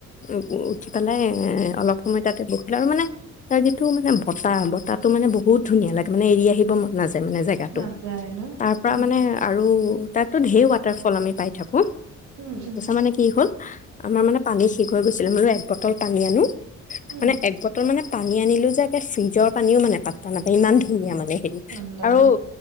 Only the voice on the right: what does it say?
নাযায় ন
উম
উম উম
উম
ঠাণ্ডা